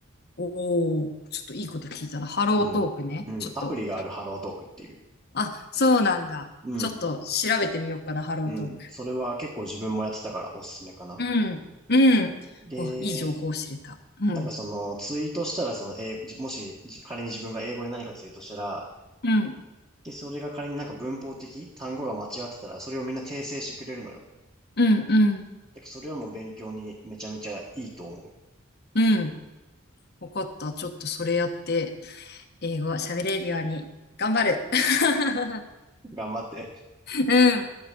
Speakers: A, on the left (about 55°); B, on the right (about 20°).
A: おおー、ちょっといいこと聞いたな。ハロートークね。
B: うん。うん。
A: ちょっと。
B: アプリがあるハロートークっていう。
A: あ、そうなんだ。
B: うん。
A: ちょっと調べてみようかな、ハロートーク。
B: うん。それは結構自分もやってたからおすすめかな。
A: うん、うん。
B: で、
A: お、いい情報を知れた。うん、
B: なんかそのツイートしたらその英語、もしじ仮に自分が英語で何かツイートしたら、
A: うん、
B: で、それが仮になんか文法的、単語が間違ってたら、それをみんな訂正してくれるのよ。
A: うん、うん、
B: だからそれはもう勉強にめちゃめちゃいいと思う。
A: うん。わかった。ちょっとそれやって、英語喋れるように頑張る。<laughs>
B: 頑張って。
A: うん。